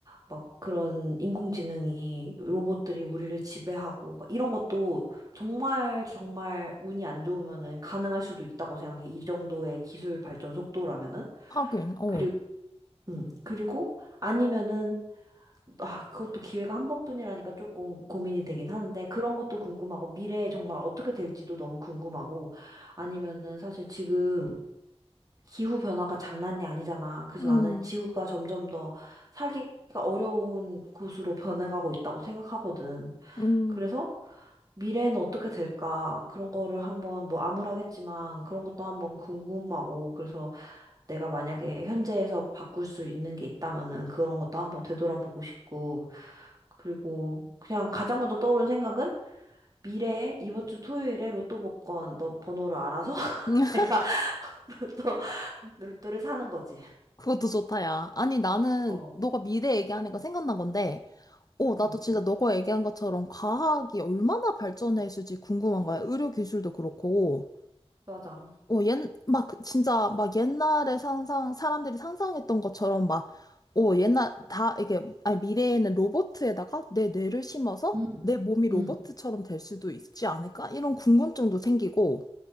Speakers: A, on the right (about 35°); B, on the left (about 35°).
A: 막 그런 인공지능이 로봇들이 우리를 지배하고 막 이런 것도 정말 정말 운이 안 좋으면은 가능할 수도 있다고 생각해. 이 정도의 기술 발전 속도라면은.
B: 하긴, 어.
A: 그리고 음, 그리고 아니면은 아, 그것도 기회가 한 번뿐이라니까 조금 고민이 되긴 하는데, 그런 것도 궁금하고, 미래에 정말 어떻게 될지도 너무 궁금하고, 아니면은 사실 지금 기후 변화가 장난이 아니잖아. 그래서
B: 응,
A: 나는 지구가 점점 더 살기가 어려운 곳으로 변해가고 있다고 생각하거든.
B: 응.
A: 그래서 미래에는 어떻게 될까? 그런 거를 한번, 뭐 암울하겠지만, 그런 것도 한번 궁금하고, 그래서 내가 만약에 현재에서 바꿀 수 있는 게 있다면은 그런 것도 한번 되돌아보고 싶고, 그리고 그냥 가장 먼저 떠오른 생각은 미래에 이번 주 토요일에 로또 복권 너 번호를 알아서 <laughs>
B: <laughs>
A: 내가 로또, 로또를 사는 거지.
B: 그것도 좋다, 야. 아니, 나는
A: 어,
B: 너가 미래 얘기하니까 생각난 건데, 어,
A: 응,
B: 나도 진짜 너가 얘기한 것처럼 과학이 얼마나 발전했을지 궁금한 거야. 의료 기술도 그렇고.
A: 맞아.
B: 어, 옛, 막, 진짜, 막 옛날에 상상, 사람들이 상상했던 것처럼 막, 어, 옛날, 다, 이게, 아니, 미래에는 로봇에다가 내 뇌를 심어서
A: 음,
B: 내 몸이 로봇처럼
A: 음,
B: 될 수도 있지 않을까? 이런 궁금증도 생기고,